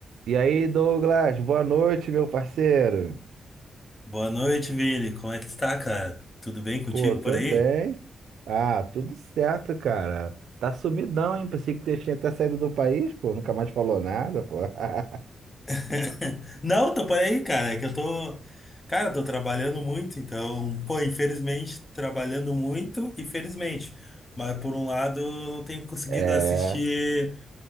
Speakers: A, on the right; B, on the left.
A: E aí, Douglas, boa noite, meu parceiro.
B: Boa noite, Vini. Como é que tu tá, cara? Tudo bem contigo
A: Pô, tô
B: por aí?
A: bem. Ah, tudo certo, cara. Tá sumidão, hein? Pensei que você tinha até saído do país, pô. Nunca mais falou nada, pô. <laughs>
B: <laughs> Não, tô por aí, cara. É que eu tô. Cara, tô trabalhando muito, então, pô, infelizmente, trabalhando muito, infelizmente. Mas por um lado, eu não tenho conseguido
A: É,
B: assistir